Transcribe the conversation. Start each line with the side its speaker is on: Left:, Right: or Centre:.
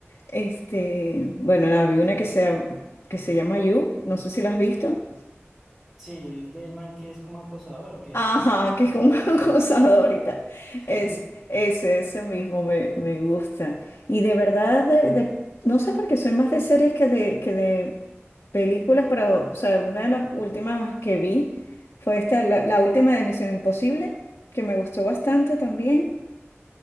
Left: Este, bueno, nada, vi una que sea, que se llama You, no sé si la has visto.
Centre: Sí, es del man que es como acosador o qué.
Left: Ajá, que es como <laughs> acosador ahorita.
Centre: <laughs>
Left: Es, ese, ese mismo me, me gusta. Y de verdad, de, de- no sé por qué soy más de series que de, que de películas, pero, o sea, una de las últimas que vi fue esta, la, la última de Misión Imposible, que me gustó bastante también.